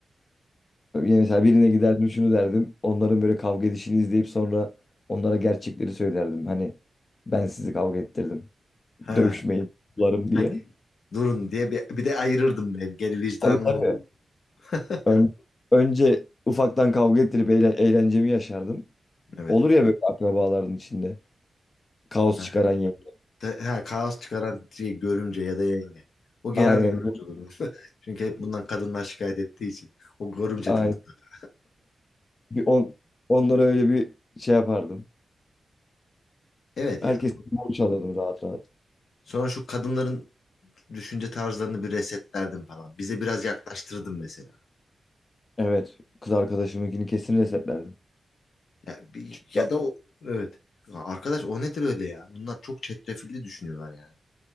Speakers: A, on the left; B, on the left.
A: Yani mesela birine giderdim şunu derdim. Onların böyle kavga edişini izleyip sonra onlara gerçekleri söylerdim. Hani ben sizi kavga ettirdim.
B: Ha.
A: Dövüşmeyin. Bularım
B: Hadi.
A: diye.
B: Durun diye bir, bir de ayırırdım ben. Geri vicdanım
A: Abi tabii.
B: olur. <laughs>
A: Ön- önce ufaktan kavga ettirip eğle- eğlencemi yaşardım.
B: Evet.
A: Olur ya böyle akrabaların içinde. Kaos
B: Ha,
A: çıkaran yenge.
B: te- ha, kaos çıkaran şey görümce ya da yenge. O genelde
A: Aynen.
B: görümce olur. <laughs> Çünkü hep bundan kadınlar şikayet ettiği için. O görümcedir
A: Aynen.
B: mutlaka.
A: Bir on, onlara öyle bir şey yapardım.
B: Evet
A: Herkes
B: ya.
A: borç alırdım rahat rahat.
B: Sonra şu kadınların düşünce tarzlarını bir resetlerdim falan. Bize biraz yaklaştırdım mesela.
A: Evet. Kız arkadaşımınkini kesin resetlerdim.
B: Ya, bir-
A: Çünkü
B: ya da o, evet. Ya arkadaş o nedir öyle ya? Bunlar çok çetrefilli düşünüyorlar yani.